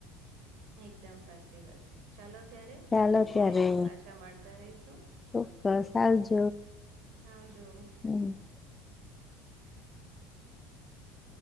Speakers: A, on the right; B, on the left.
A: એકદમ સાચી વાત છે ચાલો ત્યારે
B: ચાલો
A: આવી રીતે
B: ત્યારે
A: પાછા મળતા રહીશું
B: ચોક્કસ આવજ
A: હાજો
B: હમ
A: <unintelligible>